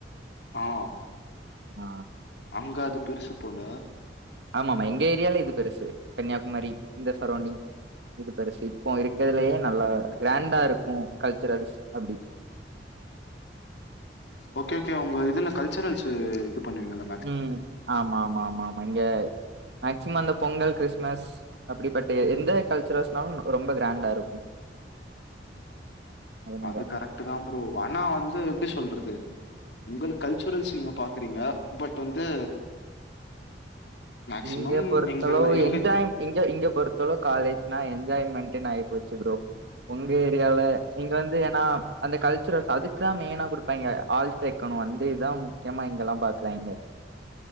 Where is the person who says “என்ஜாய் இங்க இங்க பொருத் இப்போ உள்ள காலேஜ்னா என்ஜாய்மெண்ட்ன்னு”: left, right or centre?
Right